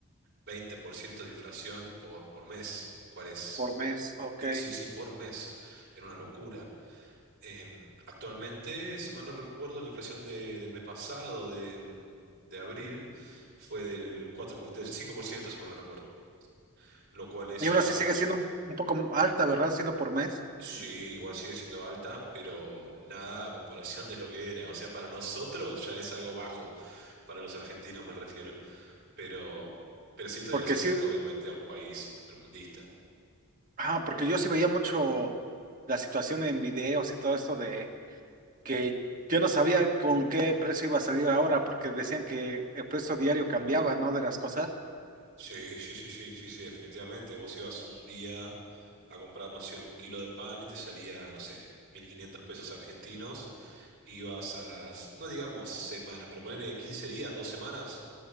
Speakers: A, on the right; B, on the right.
A: 20% de inflación por, por mes, lo cual es,
B: por mes, ok.
A: sí, sí, por mes. Era una locura. Em, actualmente, si mal no recuerdo, la inflación de- del mes pasado, de, em, de abril, fue del 4 por- del 5%, si mal no recuerdo. Lo cual es
B: Y
A: ya,
B: aún así sigue siendo un, un poco alta, ¿verdad? Siendo por mes,
A: sí, igual sigue siendo alta, pero nada a comparación de lo que era. O sea, para nosotros ya es algo bajo. Para los argentinos me refiero. pero, pero sí, todavía
B: porque
A: no se acerca
B: sí,
A: obviamente a un país primermundista.
B: Ah, porque yo sí veía mucho la situación en videos y todo esto de que yo no sabía con qué precio iba a salir ahora, porque decían que el precio diario cambiaba, ¿no? De las cosas,
A: Sí, sí, sí, sí, sí, sí, definitivamente. Vos ibas un día a comprar, no sé, un kilo de pan y te salía, no sé, mil quinientos pesos argentinos ibas a las, no digamos semana, pero ponele 15 días, dos semanas,